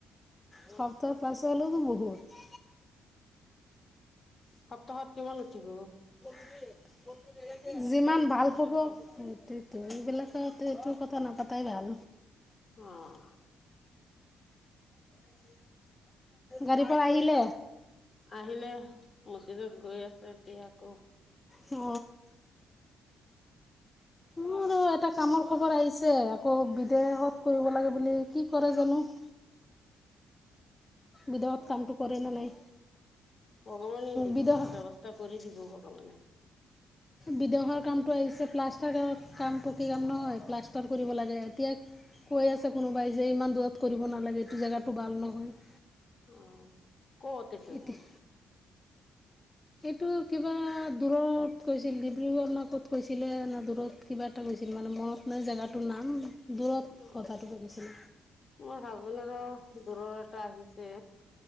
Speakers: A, on the left; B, on the left.
A: সপ্তাহৰ পাছ হলেতো বহুত
B: সপ্তাহত কিমান উঠিব?
A: <inaudible> যিমান ভাল হ'ব সেইটো এইবিলাকত এইটো কথা নাপাতাই ভাল
B: অঁ। <unintelligible>
A: গাড়ী পৰা আহিলে
B: আহিলে মছজিদত গৈ আছে এতিয়া আকৌ
A: অ
B: <unintelligible>
A: মোৰো এটা কামৰ খবৰ আহিছে আকৌ বিদেশত কৰিব লাগে বুলি কি কৰে জানো। <inaudible> বিদেশত কাম টো কৰে নে নাই।
B: ভগৱানে দিব,
A: বিদেশ
B: ব্যৱস্থা কৰি দিব ভগৱানে।
A: বিদেশৰ কামটো আহিছে প্লাষ্টাৰ কাম পকী কাম নহয় প্লাষ্টাৰ কৰিব লাগে এতিয়া কৈ আছে কোনোবাই যে ইমান দূৰত কৰিব নালাগে এইটো জেগাটো ভাল নহয়।
B: উম, কত এইটো?
A: এতিয়া এইটো কিবা দূৰত কৈছিল ডিব্ৰুগড় না ক'ত কৈছিলে ন দূৰত কিবা এটা। ছিল মানে মনত নাই জেগাটো নাম দূৰত
B: অ
A: কথাটো পাতিছিলে
B: মোৰ হাজবেণ্ডৰ দূৰৰ, এ আহিছে